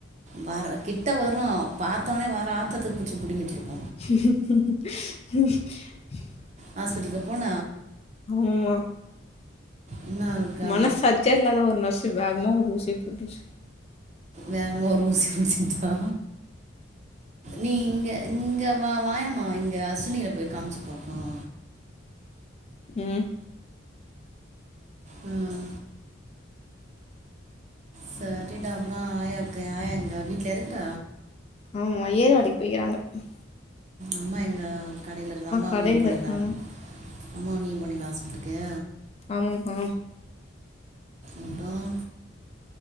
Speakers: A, on the right; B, on the left.
A: வார கிட்ட வரு பாத்தோன்ன வர ஆத்ரத்துக்கு புச்சு பிடிங்கிட்டுருக்கு
B: <unintelligible>
A: ஹாஸ்பிட்லுக்கு போண
B: ஆம்மா
A: என்ன இருக்கா
B: மனசாட்சியே இல்லாத ஒரு நர்ஸ் வேகமா ஒரு உசிய போட்டுச்
A: வேகமா ஒரு ஊசி போட்டுட்டுச்த்தா நீங்க இங்க வா வாயாமா இங்க அஸ்வினிகட்ட போய் காமிச்சு பாப்போம்
B: ம்
A: ம் சரிடா அப்புறம் ஆயாக்கு ஆயா எங்க வீட்டுலய இருக்கற
B: ஆவூறுவாடிக்கு போய்கிறாங்க நல்ல
A: அம்மா எங்க கடையில இருந்து அம்மாவு
B: கடைல
A: நீயும் போனீங்களா
B: இருக்காங்க
A: அம்மாவு நீயு போனீங் ஹாஸ்பிட்டலுக்கே
B: ஆமாப்பா
A: மட்டும்